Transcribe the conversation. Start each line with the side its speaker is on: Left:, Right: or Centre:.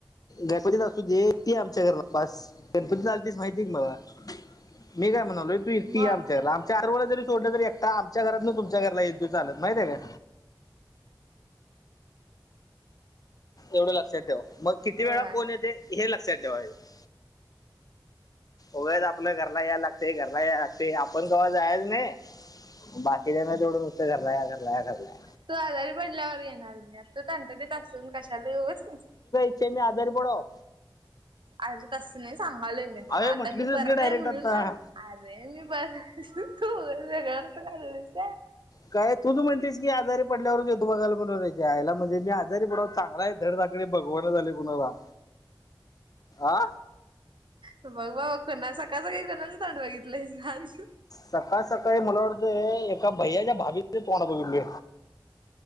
Left: गणपतीत असू दे ती आमच्या घरला बस गणपती आलतीस माहितीय की मला मी काय म्हणालोय तू एकटी
Right: मग
Left: ये आमच्या घरी लांब चार वळे जरी सोडलं तरी एकटा आमच्या घरात ना तुम घरला येल चालत माहितय काय एवढं लक्षात ठेव मग किती
Right: होय.
Left: वेळा कोण येते हे लक्षात ठेवायचं उगाच आपल्याच घरा ला या लागते घरला या लागते आपण कवा जायच नाही बाकीच्याना तेवढं नुतं घरलाय या घरला घरलाय
Right: तू आजारी पडल्यावर येणार मी आ तो तणटडीत असून कशाला येऊच नाही
Left: नी आजारी पडाव
Right: अरे तसं नाही सांगालोय मी तुला
Left: अरे
Right: आता
Left: म्हटलीसच
Right: मी बर
Left: की डायरेक्ट
Right: नाही म्हणून
Left: आता
Right: अरे मी बर त घरच काच
Left: काय तूझू म्हणतेस की आजारी पडल्यावरचेत तू बघाला म्हणूनय च्या आई ला म्हणज मी आजारी पडाव म धड साकडी बगवाण झाली कुणाला आ
Right: बघ बा ब कणा सकाळचं काही कणाच तड बघितलंयज
Left: सकाळ सकाळी मला वाटतं एका भैया्याच्या भाभीचे तोंड बघितल